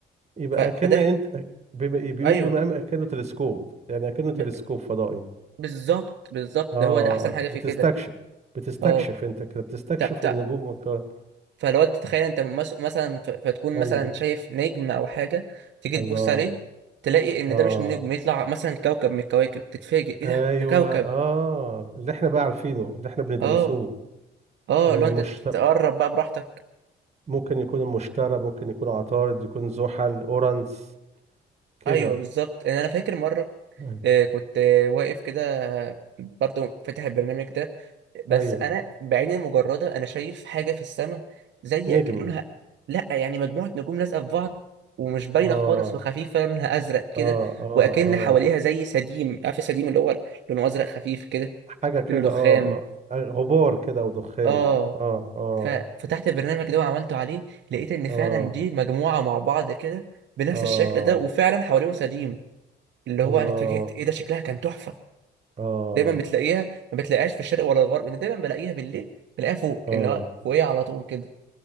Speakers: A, on the right (about 35°); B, on the right (about 65°).
A: يبقى
B: ف... فده
A: كأن انت بما... بيقوم
B: ايوه
A: بمقام كأنه تلسكوب يعني كأنه تلسكوب
B: ب...
A: فضائي
B: بالظبط بالظبط
A: اه
B: ده هو ده احسن حاجة في
A: بتستكشف
B: كده
A: بتستكشف
B: اه
A: انت كده بتستكشف
B: تا تا
A: النجوم والكواكب
B: فالواد تخيل انت مس... مثلا ف... فتكون
A: ايوه
B: مثلا شايف نجم او حاجة تيجي
A: الله
B: تبص عليه تلاقي ان
A: اه
B: ده مش نجم يطلع مثلا كوكب من الكواكب تتفاجئ ايه
A: ايوه
B: ده ده كوكب
A: اه اللي احنا بقى عارفينه اللي احنا بندرسوه
B: اه اه
A: آه،
B: لو انت
A: مشت...
B: تقرب بقى براحتك
A: ممكن يكون المشتري ممكن يكون عطارد يكون زحل اورانس كده
B: ايوه بالظبط ان انا فاكر مره
A: مم.
B: آه، كنت آه، واقف كده آه، برضو فاتح البرنامج ده بس
A: ايوه
B: انا بعيني المجرده انا شايف حاجه في السماء زي
A: نجم
B: أك- لونها لا يعني مجموعه نجوم لازقه في بعض ومش باينه
A: اه
B: خالص وخفيفه لونها ازرق كده
A: اه اه
B: واكن
A: اه
B: حواليها زي سديم عارف السديم اللي هو لونه ازرق خفيف كده
A: حاجه كده
B: لونه دخان
A: اه آه، غبار كده او دخان
B: اه
A: اه اه
B: ففتحت البرنامج ده وعملته عليه لقيت ان فعلا
A: اه
B: دي مجموعه مع بعض كده بنفس
A: اه
B: الشكل ده وفعلا حواليهم سديم اللي هو
A: الله
B: انا اتفاجئت ايه ده شكلها كان تحفه
A: اه
B: دايما بتلاقيها ما بتلاقيهاش في الشرق ولا الغرب انا دايما بلاقيها بالليل بلاقيها فوق
A: اه
B: ان هو فوقيها على طول كده